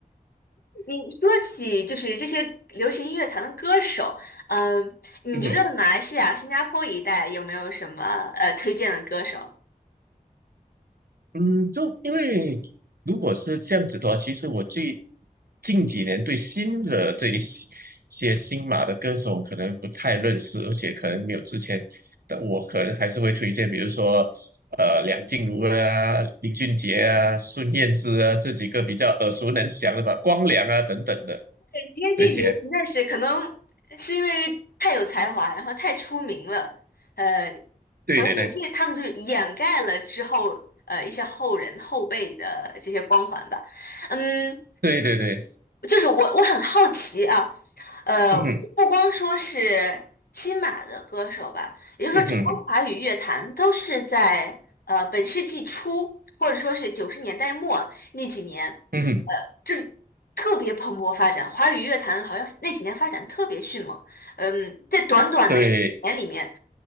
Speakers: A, on the left (about 85°); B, on the right (about 80°).
A: 你说起就是这些流行音乐坛的歌手，嗯、你觉得马来西亚、
B: 嗯。
A: 新加坡一带有没有什么呃推荐的歌手？
B: 嗯，就因为如果是这样子的话，其实我最近几年对新的这一些些新马的歌手可能不太认识，而且可能没有之前的我，可能还是会推荐，比如说呃梁静茹啊、林俊杰啊、孙燕姿啊这几个比较耳熟能详的吧，光良啊等等的
A: 因为这几个实在是可能是因为太有才华，
B: 这些。
A: 然后太出名了，呃，
B: 对对对，
A: 可能也是他们就是掩盖了之后呃一些后人后辈的这些光环吧。嗯，
B: 对对对，
A: 就是我我很好奇啊，呃，
B: 嗯哼
A: 不光说是新马的歌手吧，也就是说，
B: 嗯哼
A: 整个华语乐坛都是在呃本世纪初或者说是九十年代末那几年，
B: 嗯哼，
A: 呃，就是特别蓬勃发展。华语乐坛好像那几年发展特别迅猛，嗯，在短短的十年里面，
B: 对